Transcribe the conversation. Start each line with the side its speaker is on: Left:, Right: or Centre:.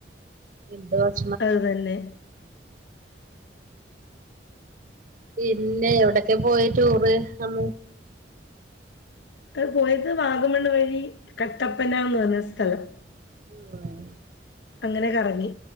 Right: എന്തുവാ ചെ
Left: അഹ് തന്നെ
Right: പിന്നെ എവിടൊക്കെ പോയി ടൂറ് അന്ന്
Left: മക്കൾ പോയത് വാഗമണ്ണ വഴി കട്ടപ്പന ന്ന് പറഞ്ഞ സ്ഥലം
Right: ഉം
Left: അങ്ങനെയൊ കറങ്ങി